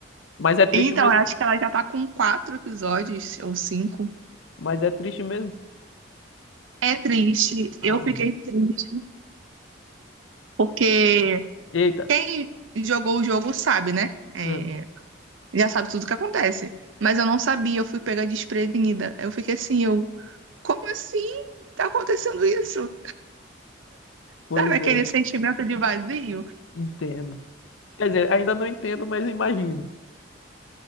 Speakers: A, on the left; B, on the right.
A: Mas é triste
B: Então,
A: mesmo,
B: eu acho que ela já tá com quatro episódios ou cinco.
A: mas é triste mesmo.
B: É triste.
A: Ah,
B: Eu fiquei triste. Porque
A: eita.
B: quem jogou o jogo sabe, né? É,
A: Ah.
B: já sabe tudo o que acontece. Mas eu não sabia, eu fui pegar desprevenida. Eu fiquei assim, eu, como assim? Tá acontecendo isso?
A: Pois
B: Sabe aquele
A: é.
B: sentimento de vazio?
A: Entendo. Quer dizer, ainda não entendo, mas imagino.